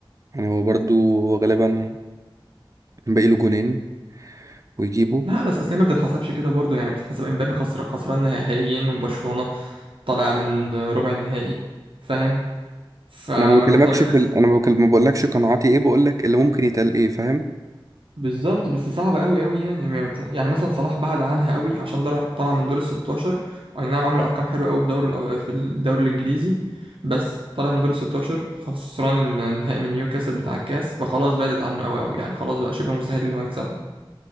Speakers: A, on the right; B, on the right.
A: يعني هو برضو هو غالبا باقي له جونين ويجيبه
B: لا بس اصل هي ما بتتحسبش كده برضه يعني بتتحسب امبابي خسر خسران نهائيين من برشلونة طالع من ربع النهائي فاهم فما
A: انا ما بكلمكش
B: كان طارق
A: في ال... انا ما بكلم- ما بقولكش قناعاتي ايه بقولك اللي ممكن يتقال ايه فاهم
B: بالظبط بس صعبة قوي قوي يعني ما بت- يعني مثلا صلاح بعد عنها قوي عشان در- طلع من دور ال 16 اي نعم عمل ارقام حلوه قوي في دوري الأب- في الدوري الانجليزي بس طلع من دور ال 16 خسران الن- النهائي من نيوكاسل بتاع الكاس فخلاص بعدت عنه قوي قوي يعني خلاص بقى شبه مستحيل اللي هو يكسبها